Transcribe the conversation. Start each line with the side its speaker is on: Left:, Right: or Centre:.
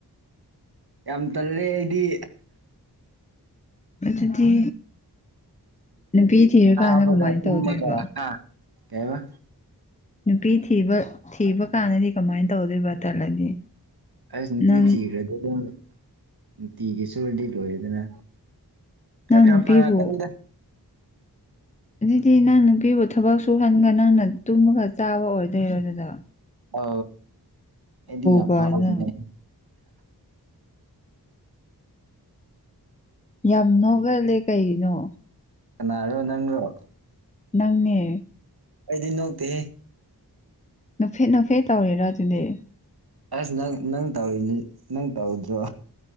Right: ꯌꯥꯝ ꯇꯜꯂꯦ ꯑꯩꯗꯤ
Left: ꯑꯗꯨꯗꯤ ꯅꯨꯄꯤ ꯊꯤꯔꯀꯥꯟꯗ
Right: ꯎꯝꯕꯒ
Left: ꯀꯃꯥꯏꯅ
Right: ꯇꯃꯒ
Left: ꯇꯧꯗꯣꯏꯕ
Right: ꯍꯥ ꯀꯏ ꯋꯥ
Left: ꯅꯨꯄꯤ ꯊꯤꯕ ꯊꯤꯕ ꯀꯥꯟꯗꯗꯤ ꯀꯃꯥꯏꯅ ꯇꯧꯗꯣꯏꯕ ꯇꯜꯂꯗꯤ
Right: ꯑꯁ ꯅꯨꯄꯤ
Left: ꯅꯪ
Right: ꯊꯤꯈ꯭ꯔꯗꯤ ꯑꯗꯨꯝ ꯅꯨꯡꯇꯤꯒꯤ ꯁꯨꯔꯗꯤ ꯂꯣꯏꯔꯦꯗꯅ
Left: ꯅꯪ
Right: ꯀ ꯈꯥ
Left: ꯅꯨꯄꯤꯕꯨ
Right: ꯐꯔ ꯀꯗ
Left: ꯑꯗꯨꯗꯤ ꯅꯪ ꯅꯨꯄꯤꯕꯨ ꯊꯕꯛ ꯁꯨꯍꯟꯒ ꯅꯪꯅ ꯇꯨꯝꯃꯒ ꯆꯥꯕ ꯑꯣꯏꯗꯣꯏꯔꯣ ꯑꯗꯨꯗ
Right: ꯑ ꯏꯗꯤ ꯌꯥꯝ
Left: ꯀꯥꯏꯅ
Right: ꯌꯥꯝ ꯐꯥꯎꯅꯦ
Left: ꯌꯥꯝ ꯅꯣꯒꯜꯂꯦ ꯀꯩꯅꯣ
Right: ꯅꯥꯔ ꯅꯒꯣ
Left: ꯅꯪꯅꯦ
Right: ꯑꯩꯗꯤꯟ ꯅꯣꯇꯦ
Left: ꯅꯨꯐꯦꯠ ꯅꯐꯦꯠ ꯇꯧꯔꯤꯦꯔꯣ ꯑꯗꯨꯗꯤ
Right: ꯑꯁ ꯅꯪ ꯅꯪ ꯇꯧꯔꯤꯅꯤ ꯅꯪ ꯇꯧꯗ꯭ꯔꯣ